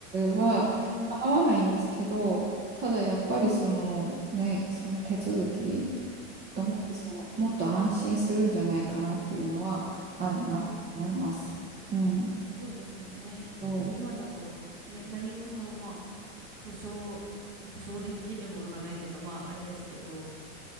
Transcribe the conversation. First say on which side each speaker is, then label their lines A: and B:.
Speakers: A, on the right; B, on the right.
A: は構わないんですけど、
B: う、うん、
A: ただやっぱりそのね、その手続き、がもっとその、
B: うん、うん、
A: もっと安心するんじゃないかなっていうのはあるなと思います。
B: うん。
A: うん。
B: そうですよね。
A: そ
B: 今だと、ね、何もその、まあ、保証、保証できるものがないというか、まあ、あれですけど、